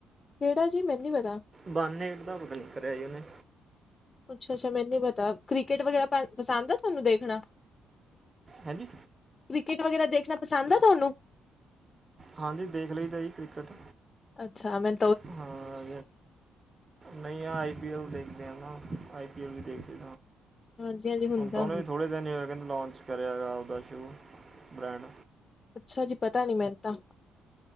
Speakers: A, on the left; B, on the right.
A: ਕਿਹੜਾ ਜੀ ਮੈਨੂੰ ਪਤਾ।
B: ਬਾਨੇ ਐਟ ਦਾ ਪਤਾ ਨੀ ਕਰਿਆ ਸੀ, ਉਹਨੇ
A: ਅੱਛਾ-ਅੱਛਾ ਮੈਨੂੰ ਪਤਾ, ਕ੍ਰਿਕਟ ਵਗੈਰਾ ਪਸੰਦ ਆ ਤੁਹਾਨੂੰ ਦੇਖਣਾ?
B: ਹੈਜੀ,
A: ਕ੍ਰਿਕਟ ਵਗੈਰਾ ਦੇਖਣਾ ਪਸੰਦ ਆ ਤੁਹਾਨੂੰ?
B: ਹਾਂਜੀ, ਦੇਖ ਲਈ ਤਾਂ ਜੀ ਕ੍ਰਿਕਟ
A: ਅੱਛਾ ਮੈਂ,
B: ਹਾਂ, ਨਹੀਂ ਹਾਂ ਆਈ ਪੀ ਐਲ ਦੇਖਦੇ, ਹਾਂ ਨਾ ਆਈ ਪੀ ਐਲ ਵੀ ਦੇਖਦੇ।
A: ਜੀ ਹੁੰਦਾ।
B: ਹੁਣ ਤਾਂ ਉਹਨੇ ਵੀ ਥੋੜ੍ਹੇ ਦਿਨ ਹੀ ਹੋ ਕਹਿੰਦੇ ਲੋਂਚ ਕਰਿਆ ਐ ਗਾ, ਆਪਦਾ ਸ਼ੂ ਬ੍ਰੈਂਡ
A: ਅੱਛਾ ਜੀ ਪਤਾ ਨੀ ਮੈਨੂੰ ਤਾਂ,